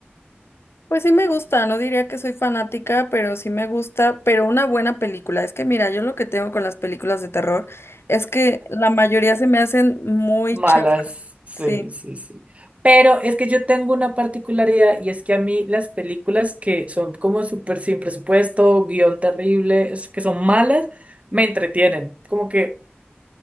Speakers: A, on the left (about 80°); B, on the right (about 35°).
A: Pues sí me gusta, no diría que soy fanática, pero sí me gusta, pero una buena película. Es que mira, yo lo que tengo con las películas de terror es que la mayoría se me hacen muy
B: Malas,
A: chafas.
B: sí,
A: Sí,
B: sí, sí. Pero es que yo tengo una particularidad y es que a mí las películas que son como súper sin presupuesto, guión terrible, es que son malas, me entretienen. Como que